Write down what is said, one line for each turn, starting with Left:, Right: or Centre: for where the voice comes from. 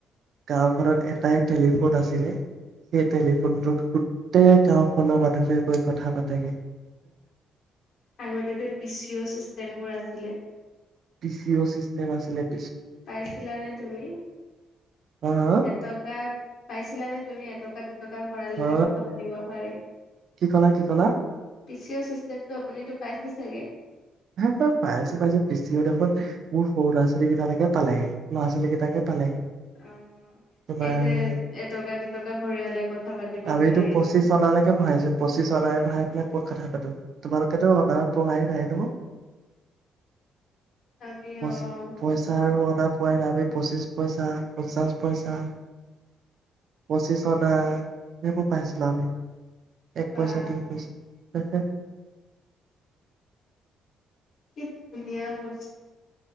Right: গাঁও ঘৰত এ, এটাই টেলিফোন আছিলে সেই টেলিফোনটোতু, - গোটেই গাওখনৰ মানুহবোৰে গৈ কথা পাতেগে।
Left: আগতে যে পিচি'অ ছিষ্টেমবোৰ আছিলে।
Right: পি- চি -অ চিষ্টেম আছিলে ।
Left: পাইছিলানে তুমি
Right: হা হা
Left: এটকা পাইছিলানে তুমি এটকা -দুটকা ভৰালে
Right: হা
Left: যে কথা পাতিব পাৰি
Right: কি ক'লা কি ক'লা
Left: পি- চি -অ চিষ্টেমটো আপুনিতটো পাইছে চাগে?
Right: হাহহা পাইছো- পাইছো পি- চি - অ দেখোন মোৰ সৰু ল'ৰা- ছোৱালী কেইটালৈকে পালেগে। ল'ৰা- ছোৱালী কেইটাকে পালেহি
Left: অ'
Right: তোমাৰ
Left: এই যে এটকা দুটকা ভৰিয়ালে কথা পাতিব
Right: আমিতো
Left: পাৰি এনেই।
Right: পঁচিছ অনালৈকে ভৰাইছো। পঁচিছ অনাই ভৰাই পেলাই কত কথা পাতো তোমালোকেতো অনা, পহাই নাই ন',?
Left: আমি
Right: পচি
Left: অ'
Right: -পইচা আৰু অলপ, পহাই যে আমি পঁচিছ পইচা, পঞ্চাশ পইচা, পঁচিছ অনা সেইবোৰ পাইছিলোঁ আমি। এক
Left: বা
Right: পইচা- ডেৰ পইচা। <unintelligible>
Left: কি ধুনীয়া বস্তু।